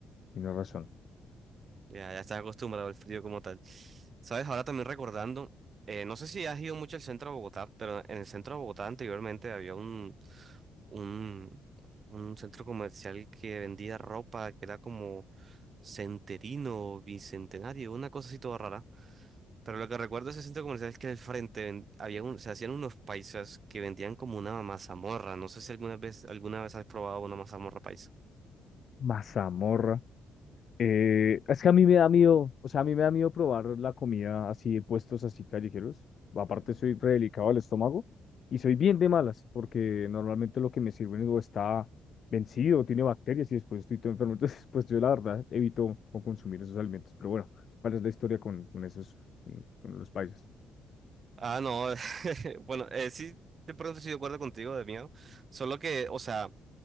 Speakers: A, on the left (about 55°); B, on the right (about 45°).
A: Tienes razón.
B: Ya, ya estás acostumbrado al frío como tal. Sabes, ahora también recordando, eh, no sé si has ido mucho al centro de Bogotá, pero en el centro de Bogotá anteriormente había un, un, un centro comercial que vendía ropa que era como Centerino, Bicentenario, una cosa así toda rara. Pero lo que recuerdo de ese centro comercial es que al frente ven- había un, se hacían unos paisas que vendían como una mazamorra. No sé si alguna vez, alguna vez has probado una mazamorra paisa.
A: Mazamorra. Eh, es que a mí me da miedo, o sea, a mí me da miedo probar la comida así de puestos así callejeros. Aparte soy re delicado al estómago y soy bien de malas porque normalmente lo que me sirven o está vencido, tiene bacterias y después estoy todo enfermo. <laughs> Entonces, pues yo la verdad evito o consumir esos alimentos. Pero bueno, ¿cuál es la historia con, con esos, con, con los países?
B: Ah, no. <laughs> Bueno, eh, sí, de pronto estoy de acuerdo contigo, de miedo. Solo que, o sea,